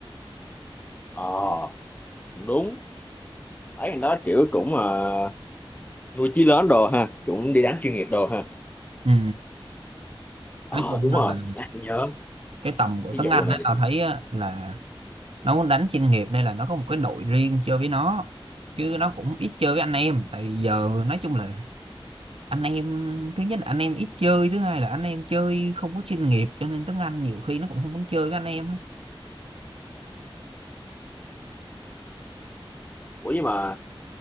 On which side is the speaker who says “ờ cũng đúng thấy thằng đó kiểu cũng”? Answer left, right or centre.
Left